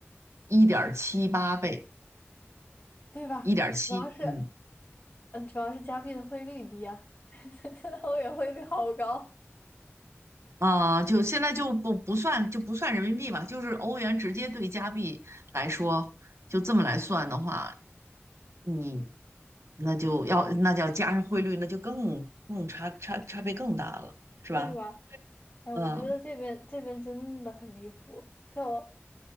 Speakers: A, on the right (about 80°); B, on the left (about 45°).
A: 一点七八倍，
B: 对吧？
A: 一点七，
B: 主要是，
A: 嗯。
B: 嗯，主要是加币的汇率低啊，<laughs> 现在欧元汇率好高，
A: 啊、就现在就不不算就不算人民币吧，就是欧元直接对加币来说，就这么来算的话，你那就要那就要加上汇率，那就更更差差差别更大了，是吧？
B: 对吧？哎，我觉得这边这边真的很离谱，
A: 嗯
B: 就。